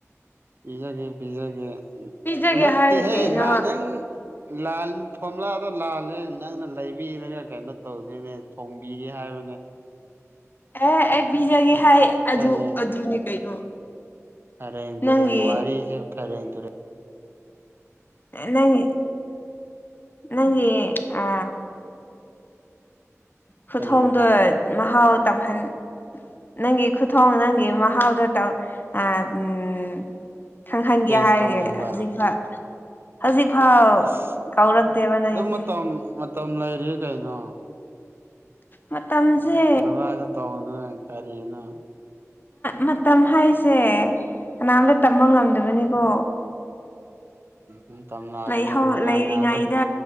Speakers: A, on the right; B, on the left.
A: ꯄꯤꯖꯒꯦ ꯄꯤꯖꯒꯦ
B: ꯄꯤꯖꯒꯦ
A: ꯅꯠꯇꯦꯍꯦ
B: ꯍꯥꯏꯔꯒ ꯀꯩꯅꯣ
A: ꯂꯥꯖꯪ ꯊꯣꯝꯂꯥꯗ ꯂꯥꯜꯂꯦ ꯅꯪꯅ ꯂꯩꯕꯤꯔꯒ ꯀꯩꯅꯣ ꯇꯧꯗꯣꯏꯅꯦ ꯊꯣꯡꯕꯤꯒꯦ ꯍꯥꯏꯕ <unintelligible>
B: ꯑꯦ ꯑꯩ ꯄꯤꯖꯒꯦ ꯍꯥꯏ ꯑꯗꯨ
A: ꯐꯔꯦꯡ
B: ꯑꯗꯨꯅꯤ ꯀꯩꯅꯣ
A: ꯐꯔꯦꯡ ꯇꯨꯔꯦꯡ
B: ꯅꯪꯒꯤ
A: ꯋꯥꯔꯤꯁꯦ ꯐꯔꯦꯡ ꯇꯨꯔꯦꯡ
B: ꯂꯩ ꯅꯪꯒꯤ ꯑ ꯈꯨꯊꯣꯡꯗꯣ
A: ꯀꯔꯤ ꯚꯥꯏ
B: ꯃꯍꯥꯎ ꯇꯝꯍꯟ ꯅꯪꯒꯤ ꯈꯨꯊꯣꯣꯡ ꯅꯪꯒꯤ ꯃꯍꯍꯥꯎꯗꯠꯇ ꯑ ꯎꯝ ꯈꯪꯍꯟꯒꯦ
A: ꯇꯦꯁ
B: ꯍꯥꯏꯔꯒꯦ
A: ꯇꯧꯅꯤꯡꯕ
B: ꯍꯧꯖꯤꯛꯐ ꯍꯧꯖꯤꯛꯐꯥꯎ
A: ꯑꯁ
B: ꯀꯧꯔꯛꯇꯦꯕꯅ
A: ꯑꯗꯨꯝ
B: ꯑꯩꯁꯦ
A: ꯃꯇꯝ ꯃꯇꯝ ꯂꯩꯔꯤ ꯀꯩꯅꯣ
B: ꯃꯇꯝꯁꯦ
A: ꯚꯗ ꯇꯧꯅ ꯀꯔꯤꯅ
B: ꯃꯇꯝ ꯍꯥꯏꯁꯦ ꯀꯅꯥꯝꯇ ꯇꯝꯕ ꯉꯝꯗꯕꯅꯤꯀꯣ
A: ꯎꯝ ꯇꯝꯂꯛꯑꯒꯅꯤ
B: ꯂꯩꯍꯧ
A: ꯉꯥꯏ
B: ꯂꯩꯔꯤꯉꯩꯗ
A: ꯉꯥꯏꯕ